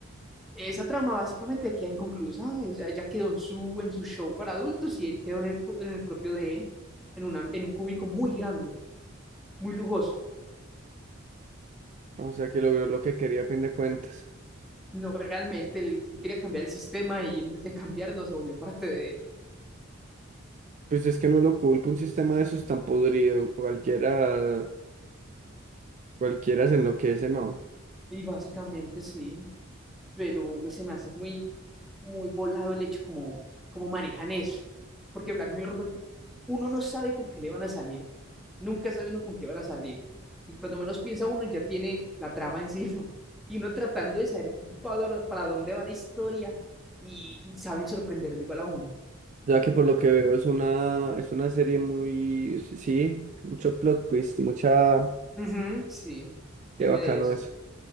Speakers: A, in the centre; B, on the right.
A: Esa trama básicamente queda inconclusa, es- ella quedó en su, en su show para adultos y él quedó en el, en el propio de él, en, una, en un cúbico muy grande, muy lujoso.
B: O sea, que logró lo que quería a fin de cuentas.
A: No, realmente él quería cambiar el sistema y en vez de cambiarlo se volvió parte de él.
B: Pues es que no lo culpa, un sistema de esos tan podrido, cualquiera, cualquiera se enloquece, no.
A: Y básicamente sí, pero me- se me hace muy, muy volado el hecho como, como manejan eso. Porque Black Mirror, uno no sabe con qué le van a salir. Nunca sabe uno con qué van a salir. Y cuando menos piensa uno ya tiene la trama encima. <laughs> Y uno tratando de saber pa dor- para, dónde va la historia y saben sorprender de igual a uno.
B: Ya que por lo que veo es una, es una serie muy, sí, sí, mucho plot twist, mucha,
A: Ujú, sí,
B: qué
A: vive
B: bacano
A: de eso.
B: eso.